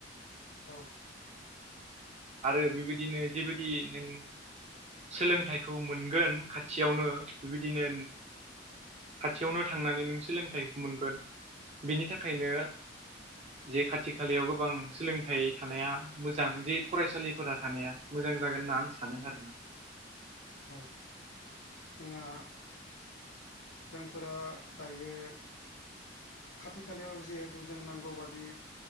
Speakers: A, on the left (about 85°); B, on the right (about 35°).
A: औ
B: आरो बेबादिनो जेबादि नों सोलोंथाइखौ मोनगोन खाथिआवनो बिदिनो खाथिआवनो थांनानै नों सोलोंथाइखौ मोनगोन बिनि थाखायनो जे खाथि खालायाव गोबां सोलोंथाइ थानाया मोजां जे फरायसालिफोरा थानाया मोजां जागोन होनना आं सानो आरो ना
A: औ जोंहा जोंफोरा दायो खाथि खालायाव जिहेथु जों नांगौबादि